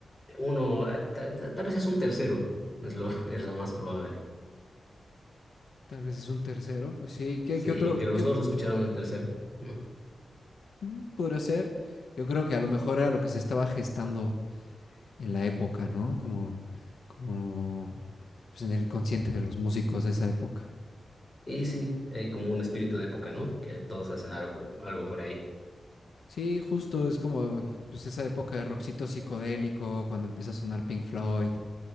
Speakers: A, on the left; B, on the left.
A: uno, eh, ta- ta- tal vez es un tercero, es lo, <laughs> es lo más probable.
B: Tal vez es un tercero, pues sí, ¿qué,
A: Sí,
B: qué otro
A: que los
B: qué,
A: dos escucharon el tercero, ¿no?
B: mm, podría ser? Yo creo que a lo mejor era lo que se estaba gestando en la época, ¿no? Como, como pues en el inconsciente de los músicos de esa época.
A: Y sí, hay como un espíritu de época, ¿no? Que todos hacen algo, algo por ahí.
B: Sí, justo, es como pues esa época de rockcito psicodélico, cuando empieza a sonar Pink Floyd